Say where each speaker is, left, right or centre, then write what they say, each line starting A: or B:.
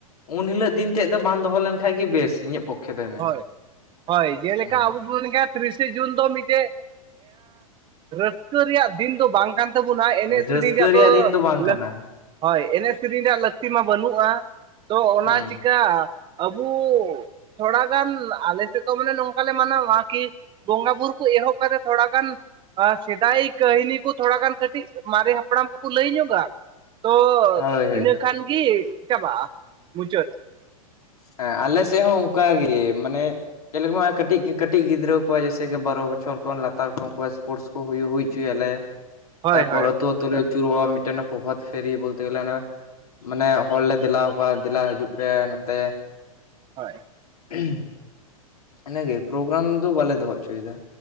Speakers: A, on the left; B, on the right.
A: ᱩᱱ ᱦᱤᱞᱳᱜ ᱫᱤᱱ ᱛᱮᱫ ᱫᱚ ᱵᱟᱝ ᱫᱚᱦᱚ ᱞᱮᱱᱠᱷᱟᱡ ᱜᱮ ᱵᱮᱥ ᱤᱧᱟᱹᱜ ᱯᱚᱠᱠᱷᱮ ᱫᱚᱭ ᱢᱮᱱᱟ
B: ᱦᱳᱭ ᱦᱳᱭ ᱡᱮᱞᱮᱠᱟ
A: ᱦᱩᱸ
B: ᱟᱵᱚ ᱵᱚᱱ ᱢᱮᱱ ᱜᱮᱭᱟ ᱛᱤᱨᱤᱥᱮ ᱡᱩᱱ ᱫᱚ ᱢᱤᱫᱴᱮᱡᱼᱼ ᱨᱟᱹᱥᱠᱟᱹ ᱨᱮᱭᱟᱜ ᱫᱤᱱ ᱫᱚ ᱵᱟᱝ ᱠᱟᱱ ᱛᱟᱵᱚᱱᱟ ᱮᱱᱮᱡ
A: ᱨᱟᱹᱥᱠᱟᱹ
B: ᱥᱮᱨᱮᱧ ᱨᱮᱭᱟᱜ ᱫᱚ
A: ᱫᱤᱱ ᱵᱟᱝ ᱠᱟᱱᱟ
B: ᱞᱟᱹᱠᱛᱤᱼᱼ ᱦᱳᱭ ᱮᱱᱮᱡ ᱥᱮᱨᱮᱧ ᱨᱮᱭᱟᱜ ᱞᱟᱹᱠᱛᱤ ᱢᱟ ᱵᱟᱹᱱᱩᱜᱼᱟ ᱛᱚ ᱚᱱᱟ
A: ᱦᱳᱭ
B: ᱪᱤᱠᱟᱼᱼ ᱟᱵᱚ ᱛᱷᱚᱲᱟ ᱜᱟᱱ, ᱟᱞᱮ ᱥᱮᱫ ᱫᱚ ᱢᱟᱱᱮ ᱱᱚᱝᱠᱟ ᱞᱮ ᱢᱟᱱᱟᱣᱟ ᱟᱨᱠᱤ ᱵᱚᱸᱜᱟ ᱵᱩᱨᱩ ᱠᱚ ᱮᱦᱚᱵ ᱠᱟᱛᱮᱫ ᱛᱷᱚᱲᱟ ᱜᱟᱱ ᱟ ᱥᱮᱫᱟᱭ ᱠᱟᱹᱦᱤᱱᱤ ᱠᱚ ᱛᱷᱚᱲᱟ ᱜᱟᱱ ᱠᱟᱹᱴᱤᱡ ᱢᱟᱨᱮ ᱦᱟᱯᱲᱟᱢ ᱠᱚᱠᱚ ᱞᱟᱹᱭ ᱧᱚᱜᱼᱟ᱾ ᱛᱚ
A: ᱦᱳᱭ ᱦᱮᱸ
B: ᱤᱱᱟᱹ ᱠᱷᱟᱱ ᱜᱮ ᱪᱟᱵᱟᱜᱼᱟ, ᱢᱩᱪᱟᱹᱫ᱾
A: ᱦᱮᱸ ᱟᱞᱮ ᱥᱮᱫ ᱦᱚᱸ ᱚᱱᱠᱟ ᱜᱮ ᱢᱟᱱᱮ ᱪᱮᱫ ᱞᱮᱠᱟ ᱠᱟᱹᱴᱤᱡ ᱠᱟᱹᱴᱤᱡ ᱜᱤᱫᱽᱨᱟᱹ ᱠᱚᱣᱟᱜ ᱡᱮᱭᱥᱮ ᱠᱤ ᱵᱟᱨᱚ ᱵᱚᱪᱷᱚᱨ ᱠᱷᱚᱱ ᱞᱟᱛᱟᱨ ᱩᱱᱠᱩᱣᱟᱜ ᱥᱯᱳᱨᱴᱥ ᱠᱚ ᱦᱩᱭ ᱦᱩᱭ ᱦᱚᱪᱚᱭ ᱟᱞᱮ
B: ᱦᱳᱭ
A: ᱛᱟᱯᱚᱨ
B: ᱦᱳᱭ
A: ᱟᱹᱛᱩ ᱟᱹᱛᱩ ᱞᱮ ᱟᱪᱩᱨᱚᱜᱼᱟ᱾ ᱢᱤᱫᱴᱮᱱ ᱯᱨᱚᱵᱷᱟᱛ ᱯᱷᱮᱨᱤ ᱵᱚᱞᱛᱮ ᱜᱮᱞᱮ, ᱚᱱᱟ ᱢᱟᱱᱮ ᱦᱚᱲ ᱞᱮ ᱫᱮᱞᱟᱣ ᱟᱠᱚᱣᱟ ᱫᱮᱞᱟ ᱦᱤᱡᱩᱜ ᱯᱮ ᱱᱚᱛᱮ
B: ᱦᱳᱭ᱾
A: <inaudible> ᱤᱱᱟ ᱜᱮ ᱯᱨᱳᱜᱨᱟᱢ ᱫᱚ ᱵᱟᱞᱮ ᱫᱚᱦᱚ ᱦᱚᱪᱚᱭ ᱮᱫᱟ᱾